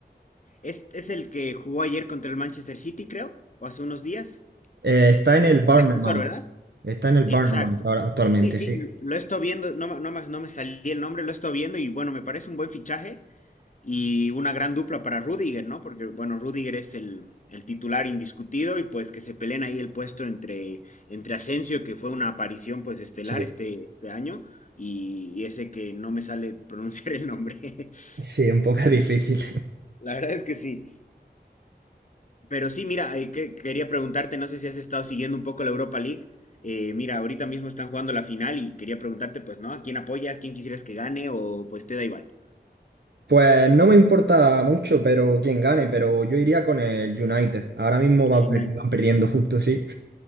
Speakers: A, on the left; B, on the right.
A: es, es el que jugó ayer contra el Manchester City, creo, o hace unos días.
B: Eh, está en el Bournemouth,
A: El defensor, ¿verdad?
B: está en el Bournemouth
A: Exacto.
B: ahora- actualmente,
A: Sí, sí,
B: sí.
A: lo estoy viendo, no, me- no, me- no me salí el nombre, lo estoy viendo y bueno, me parece un buen fichaje. Y una gran dupla para Rudiger, ¿no? Porque, bueno, Rudiger es el, el titular indiscutido y pues que se peleen ahí el puesto entre, entre Asensio, que fue una aparición pues estelar
B: Sí,
A: este, este año, y, y ese que no me sale pronunciar el nombre. <laughs>
B: sí, un poco <laughs> difícil.
A: La verdad es que sí. Pero sí, mira, eh, que- quería preguntarte, no sé si has estado siguiendo un poco la Europa League. Eh, mira, ahorita mismo están jugando la final y quería preguntarte, pues, ¿no? ¿A quién apoyas? ¿Quién quisieras que gane? O pues te da igual.
B: Pues no me importa mucho, pero quién gane, pero yo iría con el United. Ahora mismo
A: Sí,
B: van,
A: United.
B: per- van perdiendo justo, sí.